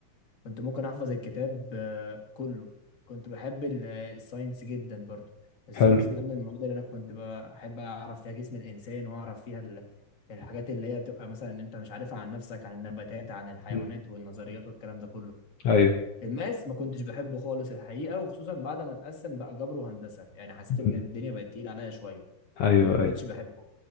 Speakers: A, on the left (about 40°); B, on the left (about 85°).
A: كنت ممكن احفظ الكتاب آه، كله كنت بحب ال- الساينس جدا برضو الساينس
B: حلو
A: ده من المواد اللي انا كنت بحب اعرف فيها جسم الانسان واعرف فيها ال- الحاجات اللي هي بتبقى مثلا إن انت مش عارفها عن نفسك عن النباتات عن الحيوانات
B: مم.
A: والنظريات والكلام ده كله
B: ايوه
A: الماس ما كنتش بحبه خالص الحقيقة وخصوصا بعد ما اتقسم بقى جبر وهندسة يعني حسيت
B: مم.
A: ان الدنيا بقت تقيلة عليا شوية
B: ايوه
A: فما بقتش
B: ايوه
A: بحبه